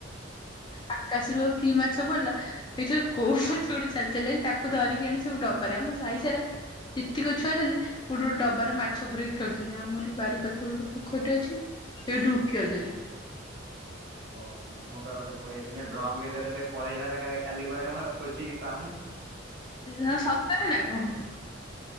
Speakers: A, on the left; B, on the right.
A: ଆକାଶରୁ ଆଉ କି ମାଛ ପଡିଲା? ଦେଖିଲାବେଳକୁ କୋଉ ମାଛ ଗୋଟେ ଚାଲି ଚାଲି ଆଇଛି, ତାକୁ ଧରିକି ଆଣି ସବୁ ଡବାରେ ଆମ ସାାଇ
B: ହଉ।
A: ସାରା ଯେତିକ ଛୁଆ ଅଛନ୍ତି ଗୋଟେ ଗୋଟେ ଡବାରେ ମାଛ ପୁରେଇକି ଖେଳୁଛନ୍ତି। ଆମର ଏଇ ବାରି ପଛପଟେ ଗୋଟେ ପୋଖରୀଟେ ଅଛି ସେଇଠୁ ଉଠିଆଉଛନ୍ତି।
B: ହ ହ। ହଁ ମୁଁ ପା ଗୋଟେ ପୁରେଇଥିଲି ଡ୍ରମ୍ ଭିତରେ। ସେ ପଳେଇଲା କାଲି କୁଆଡେ ମୁଁ ଆଉ ଖୋଜିକି ପାଉନି।
A: ହୁଁ ସତରେ ନା କଣ?